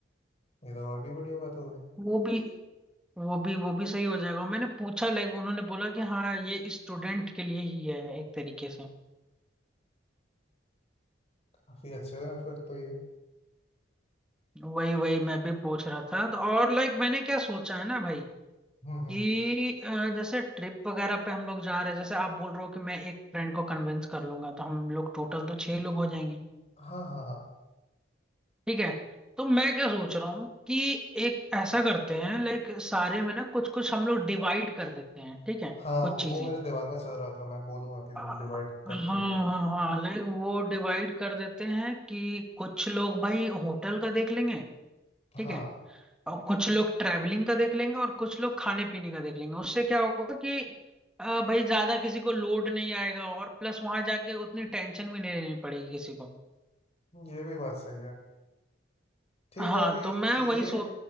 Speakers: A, on the left; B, in the centre.
A: ये तो और भी बढ़िया बात हो गई
B: वो भी वो भी वो भी सही हो जाएगा मैंने पूछा लाइक उन्होंने बोला कि हाँ ये स्टूडेंट के लिए ही है एक तरीके से
A: काफी अच्छे हैं फिर तो ये
B: वही वही मैं भी पूछ रहा था तो और लाइक मैंने क्या सोचा है ना भाई
A: हम्म हम्म
B: कि अ, जैसे ट्रिप वगैरह पे हम लोग जा रहे हैं जैसे आप बोल रहे हो कि मैं एक फ्रेंड को कन्विंस कर लूंगा तो हम लोग टोटल तो छह लोग हो जाएंगे
A: हाँ हाँ हाँ
B: ठीक है तो मैं क्या सोच रहा हूँ कि एक ऐसा करते हैं लाइक सारे में ना कुछ कुछ हम लोग डिवाइड कर देते हैं ठीक है
A: हाँ
B: कुछ चीजें
A: वो मेरे दिमाग में चल रहा था मैं बोलूँगा कि
B: हाँ
A: डिवाइड करके
B: हाँ हाँ लेकिन वो डिवाइड कर देते हैं कि कुछ लोग भाई होटल का देख लेंगे
A: हाँ
B: ठीक है और कुछ लोग ट्रैवलिंग का देख लेंगे और कुछ लोग खाने पीने का देख लेंगे उससे क्या होगा कि अ, भाई ज्यादा किसी को लोड नहीं आएगा और प्लस वहां जाके उतनी टेंशन भी नहीं लेनी पड़ेगी किसी को
A: ये भी बात सही है ठीक
B: हाँ
A: है अभी
B: तो मैं
A: ये
B: वही सो